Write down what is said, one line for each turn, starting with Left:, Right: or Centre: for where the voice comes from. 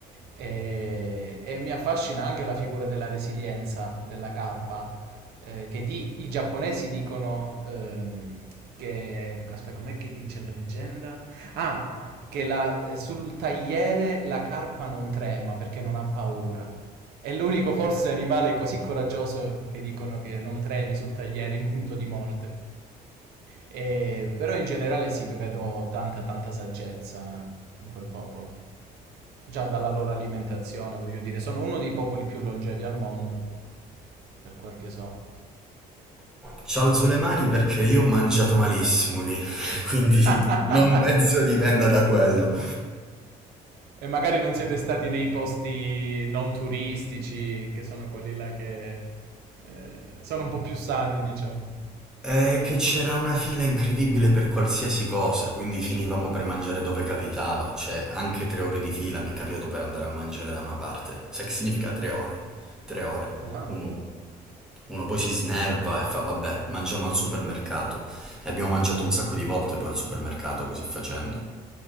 Right: E, e mi affascina anche la figura della resilienza della carpa, eh, che di- i giapponesi dicono ehm, che... Aspetta, com'è che dice la leggenda? Ah, che la- sul tagliere la carpa non trema perché non ha paura. È l'unico forse animale così coraggioso che dicono che non tremi sul tagliere in punto di morte. E- però in generale sì, vedo tanta tanta saggezza in quel popolo. Già dalla loro alimentazione, voglio dire, sono uno dei popoli più longevi al mondo, per quel che so.
Centre: Ci alzo le mani perché io ho mangiato malissimo lì, <laughs> quindi
Right: <laughs>
Centre: non penso dipenda da quello.
Right: E magari non siete stati nei posti non turistici, che sono quelli là che eh, sono un po' più sani, diciamo.
Centre: È che c'era una fila incredibile per qualsiasi cosa, quindi finivamo per mangiare dove capitava, cioè anche tre ore di fila mi è capitato per andare a mangiare da una parte. Sai che significa tre ore? Tre ore.
Right: Wow.
Centre: Uno, uno poi si snerva e fa vabbè, mangiamo al supermercato. E abbiamo mangiato un sacco di volte poi al supermercato così facendo.